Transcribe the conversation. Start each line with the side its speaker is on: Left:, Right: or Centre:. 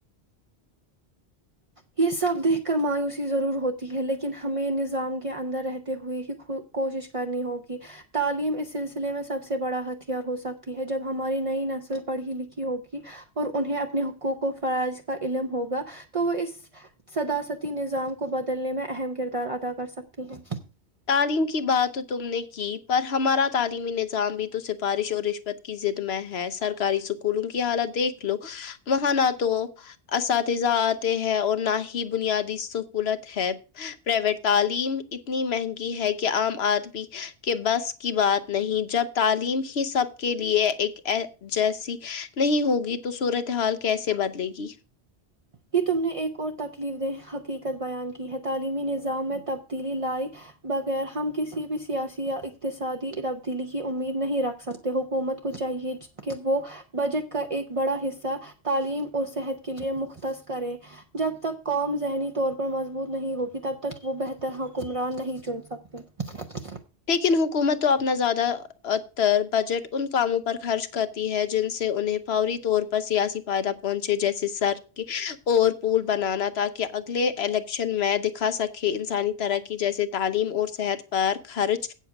Right: یہ سب دیکھ کر مایوسی ضرور ہوتی ہے لیکن ہمیں نظام کے اندر رہتے ہوئے ہی خود کوشش کرنی ہوگی تعلیم اس سلسلے میں سب سے بڑا ہتھیار ہو سکتی ہے جب ہماری نئی نسل پڑھی لکھی ہوگی اور انہیں اپنے حقوق و فرائض کا علم ہوگا تو وہ اس صداستی نظام کو بدلنے میں اہم کردار ادا کر سکتی ہیں
Left: تعلیم کی بات تم نے کی پر ہمارا تعلیمی نظام بھی تو سفارش اور رشوت کی ضد میں ہے سرکاری اسکولوں کی حالت دیکھ لو وہاں نہ تو اساتذہ آتے ہیں اور نہ ہی بنیادی سکونت ہے پرائیویٹ تعلیم اتنی مہنگی ہے کہ عام آدمی کے بس کی بات نہیں جب تعلیم ہی سب کے لیے ایک جیسی نہیں ہوگی تو صورتحال کیسے بدلے گی
Right: یہ تم نے ایک اور تکلیف دہ حقیقت بیان کی ہے تعلیمی نظام میں تبدیلی لائی بغیر ہم کسی بھی سیاسی یا اختصادی تبدیلی کی امید نہیں رکھ سکتے تو حکومت کو چاہیے کہ وہ بجٹ کا ایک بڑا حصہ تعلیم اور صحت کے لیے مختص کریں جب تک قوم ذہنی طور پر مضبوط نہیں ہوگی تب تک وہ بہتر حکمران نہیں چن سک تی
Left: لیکن حکومت تو اپنا زیادہ ا تر بجٹ ان کاموں پر خرچ کر تی ہے جن سے انہیں فوری طور پر سیاسی فائدہ پہنچے جیسے سڑک کی اور پول بنانا تا کی کہ اگلے الیکشن میں دکھا سکے انسانی ترقی جیسے تعلیم اور صحت پر خرچ